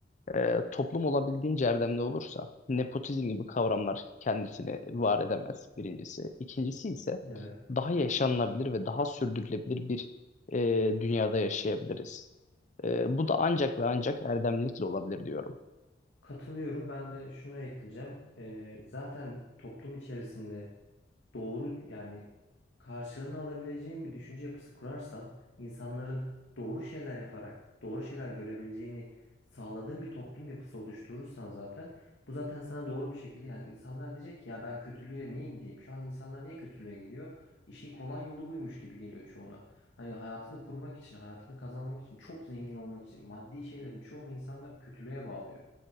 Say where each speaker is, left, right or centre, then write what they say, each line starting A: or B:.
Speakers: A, on the left; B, on the left.
A: Ee, toplum olabildiğince erdemli olursa nepotizm gibi kavramlar kendisini var edemez birincisi. İkincisi ise
B: Evet.
A: daha yaşanılabilir ve daha sürdürülebilir bir e, dünyada yaşayabiliriz. E, bu da ancak ve ancak erdemlilikle olabilir diyorum.
B: Katılıyorum. Ben de şunu ekleyeceğim. Ee, zaten toplum içerisinde doğru yani karşılığını alabileceğin bir düşünce yapısı kurarsan insanların doğru şeyler yaparak doğru şeyler görebileceğini sağladığın bir toplum yapısı oluşturursan zaten bu zaten sana doğru bir şekilde yani insanlar diyecek ki ya ben kötülüğe niye gideyim? Şu an insanlar niye kötülüğe gidiyor? İşin Hı hı. kolay hı. yolu buymuş gibi geliyor çoğuna. Hani hayatını kurmak için, hayatını kazanmak için, çok zengin olmak için maddi şeylerin çoğunu insanlar kötülüğe bağlıyor